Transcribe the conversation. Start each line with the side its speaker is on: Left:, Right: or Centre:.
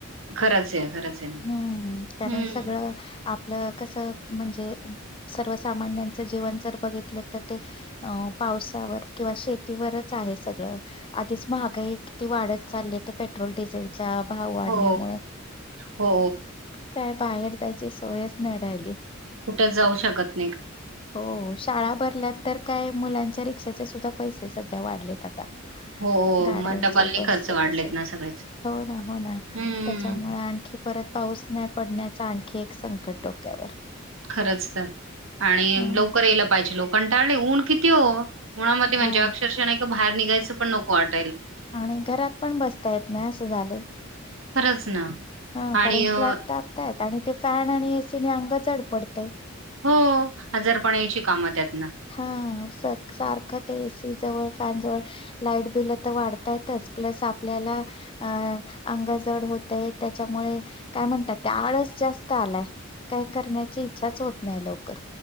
Right: खरंच आहे खरंच आहे ना
Left: हम्म कारण
Right: हम्म
Left: सगळं आपलं कसं अ म्हणजे, अ सर्व सामान्यांच जीवन जर बघितलं तर ते अ पावसावर किंवा शेतीवरच आहे. सगळं आधीच महागाई किती वाढत चालली ते पेट्रोल डिझेल च्या भाव वाढल्यामुळे,
Right: हो हो
Left: काय बाहेर जायची सोयचं नाय राहली.
Right: कुठेचं जाऊ शकतं
Left: हो, शाळा भरल्या नंतर काय? मुलांच्या रिक्षाचे सुद्धा पैसे सध्या वाढलेत आता.
Right: हो
Left: गाड्यांचे,
Right: मग डबलनी
Left: बसचे
Right: खर्च वाढलेत
Left: तसेचं,
Right: ना सगळेच
Left: हो ना, हो ना
Right: हम्म
Left: त्याच्यामुळे आणखी परत पाऊस नाही पडण्याच आणखी एक संकट डोक्यावर.
Right: खरंच तर. आणि अ
Left: हा
Right: लवकर यायला पाहिजे. लोक कंटाळले. ऊन किती किती ओ? उनामध्ये म्हणजे
Left: हा
Right: अक्षरशा नाय का बाहेर निघायचं पण नको वाटा
Left: आणि घरात पण बसता येत नाय असं झालंय.
Right: खरंच ना.
Left: हं,
Right: आणि
Left: कारण
Right: अ,
Left: स्लॅब टाकटायत. आणि ते फॅन आणि ए सी ने अंग जड पडतय.
Right: हो, आजारपण यायची कामं त्यात.
Left: हं, स सारखं एसी जवळ फॅन जवळ लाईट बिल तर वाढतातच. प्लस आपल्याला अ अंग जड होतय त्याच्यामुळे काय म्हणतात ते आळस जास्त स्त आलाय. काही करण्याची इच्छाच होत नाही लवकर.